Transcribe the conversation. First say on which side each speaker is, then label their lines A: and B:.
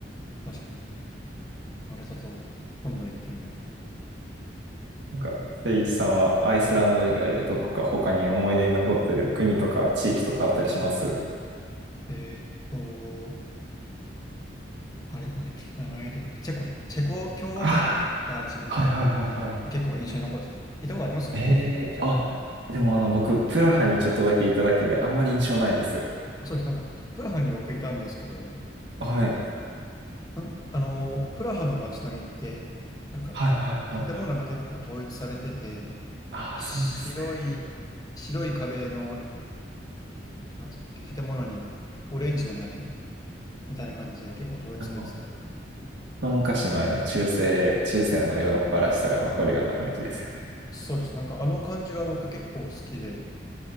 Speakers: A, on the left; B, on the right.
A: 確かに。マルタ島、今度行ってみよう。
B: なんか、誠一さんはアイスランド以外でどこか他に思い出に残ってる国とか地域とかあったりします
A: えーっと、あれ、なんだっけ、名前が出てくる。チェコだ。チェコ共和国が自分で、
B: ああー、はいはいはいはい。
A: が結構印象に残ってて。行ったことあります
B: ええあ、
A: チェコ。
B: でもあの僕、プラハにちょっとだけいただけであまり印象ないです。
A: あ、そうです。なんか、プラハに僕いたんですけど、
B: はい。
A: なんあのー、プラハの街並みって、なんか、
B: はいはいはいはい。
A: 建物が結構統一されてて、
B: ああ、
A: 白い、
B: そうですね。
A: 白い壁の、えっと、なんつうんだっけ、建物にオレンジの屋根みたいな感じで結構統一されてて、
B: あの、一昔前の中世、中世のヨーロッパらしさが残るような雰囲気ですよね
A: そうです。なんか、あの感じが僕結構好きで、